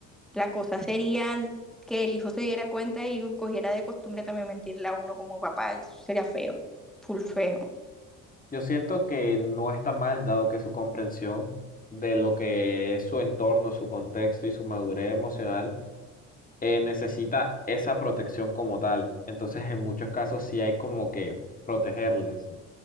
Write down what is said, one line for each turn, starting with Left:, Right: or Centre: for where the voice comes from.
Centre: La cosa sería que el hijo se diera cuenta y cogiera de costumbre también mentirle a uno como papá. Eso sería feo, full feo.
Left: Yo siento que no está mal, dado que su comprensión de lo que es su entorno, su contexto y su madurez emocional eh, necesita esa protección como tal. Entonces, en muchos casos sí hay como que protegerles.